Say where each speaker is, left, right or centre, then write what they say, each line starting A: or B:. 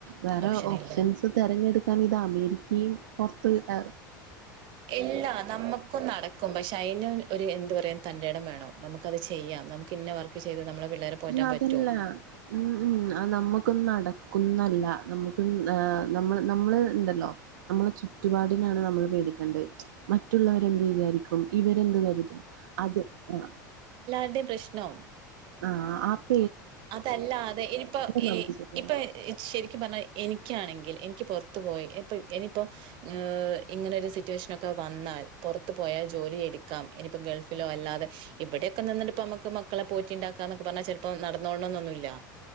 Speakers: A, on the right; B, on the right.
A: വേറെ
B: ഓപ്ഷനില്ല
A: ഓപ്ഷൻസ് ത തെരഞ്ഞെടുക്കാൻ ഇത് അമേരിക്കയും പുറത്ത് ഏ
B: ഇല്ലാ നമ്മുക്കും നടക്കും പക്ഷേ അയിന് ഒരു എന്ത് പറയാ തന്റെടം വേണം നമുക്ക് നമുക്കത് ചെയ്യാം ഇന്ന വർക്ക് ചെയ്ത് നമ്മളെ പിള്ളേരെ പോറ്റാൻ
A: അല്ല
B: പറ്റും
A: അതല്ല ഉം ഉം അ നമ്മുക്കും നടക്ക് ക്കുന്നല്ല നമ്മുക്ക് ഏ നമ്മ നമ്മള് ഇണ്ടല്ലോ നമ്മളെ ചുറ്റുപാടിനാണ് നമ്മള് പേടി ടിക്കണ്ട് മറ്റുള്ളവരെന്ത് വിചാരിക്കും ഇവരെന്ത് കരുതും അത് ആ
B: അല്ലേ പ്രശ്നം
A: ആ ആപ്പ്
B: അതല്ല അതെ ഇനിപ്പോ
A: നമുക്ക് ശരിയാവില്ല
B: ഇപ്പൊ ശരിക്കും പറഞ്ഞാ എനിക്കാണെങ്കിൽ എനിക്ക് പുറത്ത് പോയി എപ്പ എനിയിപ്പോ മ് ഇങ്ങനൊരു സിറ്റുവേഷനൊക്കെ വന്നാൽ പുറത്ത് പോയാൽ ജോലി എടുക്കാം ഇനിപ്പോ ഗൾഫിലോ അല്ലാതെ ഇവിടെയൊക്കെ നിന്നിട്ട് പ്പൊ നമുക്ക് മക്കളെ പോറ്റി ണ്ടാക്കാന്നൊക്കെ പറഞ്ഞാ ചിലപ്പോ നടന്നോളണം എന്നൊന്നുല്ലാ